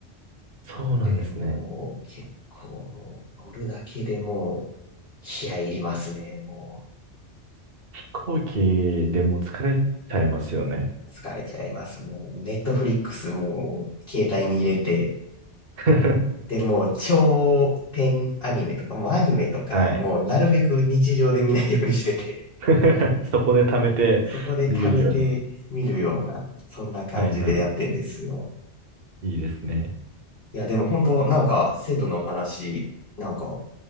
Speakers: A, on the right; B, on the left.
A: そうなんですね。
B: なので、もう、結構もう、乗るだけでもう、気合い入りますね、もう。
A: 飛行機でもう疲れちゃいますよね。
B: 疲れちゃいます。もう、ネットフリックスも携帯に入れて、
A: <laughs>
B: で、もう長編アニメとか、もうアニメとか、
A: はい。
B: もうなるべく日常で見ないようにしてて、
A: <laughs> そこで貯めて見れるように。
B: そこで貯めて見るような、そんな感じでやってんですよ。
A: はいはい。いいですね。
B: いや、でも本当なんか、セブの話、なんか、